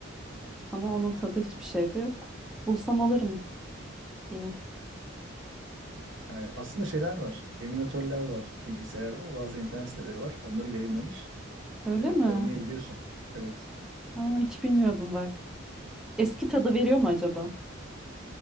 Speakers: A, in the centre; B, on the right.
A: Ama onun tadı hiçbir şeyde yok. Bulsam alırım yine.
B: Yani aslında şeyler var. Eminatörler var bilgisayarda. Bazı internet siteleri var. Onları yayınlamış.
A: Öyle
B: E,
A: mi?
B: oynayabiliyorsun. Evet.
A: Aa, hiç bilmiyordum bak. Eski tadı veriyor mu acaba?